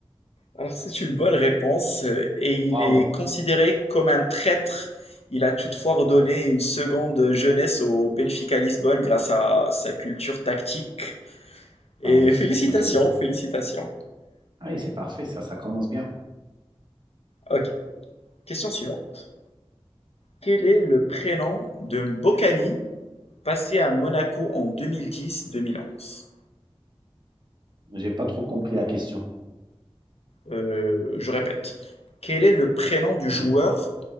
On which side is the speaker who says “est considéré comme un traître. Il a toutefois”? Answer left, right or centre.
Left